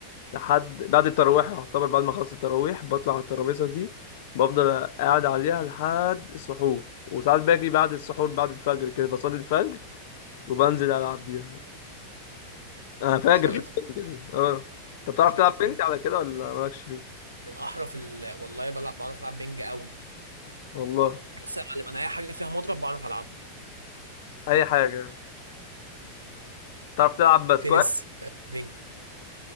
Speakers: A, on the left (about 55°); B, on the right (about 80°).
A: لحد بعد التراويح يعتبر بعد ما خلصت التراويح بطلع على الترابيزه دي بفضل قاعد عليها لحد السحور وساعات باجي بعد السحور بعد الفجر كده بصلي الفجر وبنزل العب بيها انا فاجر
B: شيخ
A: في البنج دي اه انت بتعرف
B: شيخ
A: تلعب بنج على كده ولا مالكش فيه
B: من احرف ال... والله بلعب بعرف العب بينج قوي
A: والله
B: بص يا معلم انا اي حاجه فيها مضرب بعرف العبه
A: اي حاجه تعرف تلعب بسكواش
B: تنس آه، بينج